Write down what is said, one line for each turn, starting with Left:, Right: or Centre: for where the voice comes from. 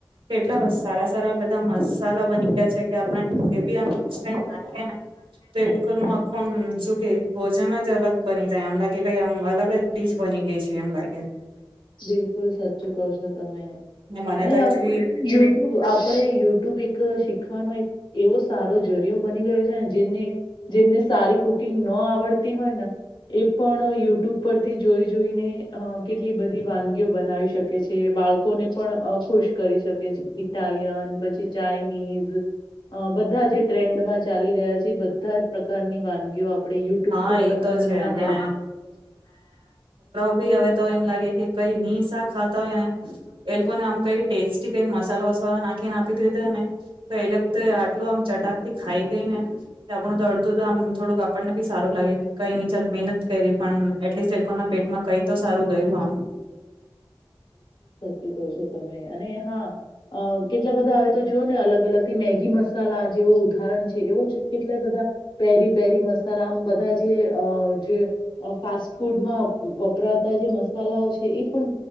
Right: કેટલા સારા સારા બધા મસાલા બની ગયા છે કે આપી આ નાખેને તો એ લોકો ન આખુંમ શું કે ભોજન જ અલગ બની જાય આમ લાગે કઈ આમ અલગ દીસ બની ગઈ છે એમ લાગે
Left: બિલકુલ સાચું કરશો તમે
Right: ને મને
Left: અને
Right: તો
Left: હવે
Right: એકચુલી
Left: યુટ્યુબ આપણે યુટ્યુબ એક શીખવાનો એક એવો સારો જરિયો બની ગયો છે ને જેને જેમને સારી કુકિંગ ન આવડતી હોય ને એ પણ યુટ્યુબ પરથી જોઈ જોઈને અ કેટલી બધી વાનગીઓ બનાવી શકે છે બાળકોને પણ ખુશ કરી શકે છે ઇટાલિયન પછી ચાઇનીઝ અ બધા જે ટ્રેન્ડમાં ચાલી રહ્યા છે બધા જ પ્રકારની વાનગીઓ આપ આપડે યુટ્યુબ
Right: હા
Left: પર
Right: એ તો છે
Left: ના
Right: અને
Left: હે
Right: ી હવે તો એમ લાગે કે કઈ નિનીશા ખા યને એ લોકો ને આમ કઈ ટેસ્ટ કઈ મસાલો વસાો નાખીને આપી દીધો ને તો એટલે આટલું આમ ચટાકતી ખાઈ દઈને આપણ તોડ મ થોડું આપણને ી સારું લાગે કઈ ન ચાલ મહેનત કરી પણ એટલીસ્ટ એ લોકો ના પેટમાં કઈ તો સારું ગયું આમ
Left: ક છો તમે અને હા અ કેટલા બધા હવે તો જોઓ ને અલગ અલગ થી મેગી મસાલા જેવું ઉદાહરણ છે એવું જ કેટલાય બધા પેરી પેરી મસાલા આમ બધા જે અ જે ફાસ્ટ ફૂડમાં વપરાતા જે મસાલાઓ છે એ પણ